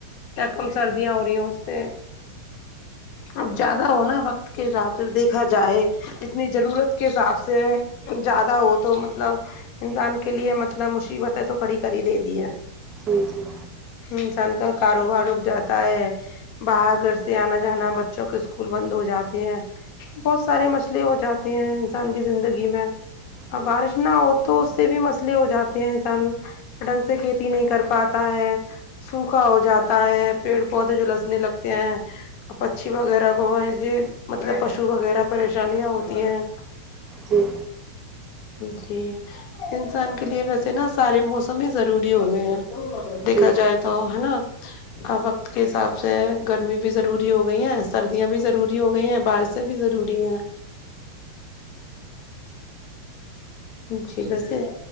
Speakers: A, on the left; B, on the right.
A: کیا کم سردیاں ہو رہی ہے اس سے اب زیادہ ہونا وقت کے حساب سے دیکھا جائے جتنی ضرورت کے حساب سے زیادہ ہو تو مطلب انسان کے لیے مطلب مصیبتیں تو کھڑی کر ہی دیتی ہے
B: جی جی
A: انسان کا کاروبار رک جاتا ہے باہر گھر سے آنا جانا بچوں کے اسکول بند ہو جاتے ہیں بہت سارے مسئلے ہو جاتے ہیں انسان کی زندگی میں
B: جی
A: اب بارش نہ ہو تو اس سے بھی مسئلے ہو جاتے ہیں انسانوں ڈھنگ سے کھیتی نہیں کر پاتا ہے سوکھا ہو جاتا ہے پیڑ پودے جلسنے لگتے ہیں اور پچھی وغیرہ کو ہے یہ مطلب پشو وغیرہ پریشانیاں ہوتی ہیں
B: جی
A: جی انسان کے لیے ویسے نا سارے موسم ہی ضروری ہو گئے ہیں دیکھا
B: جی
A: جائے تو ہے نہ اور وقت کے حساب سے گرمی بھی ضروری ہو گئی ہیں سردیاں بھی ضروری ہو گئی ہیں بارش شے بھی ضروری ہے جی ویسے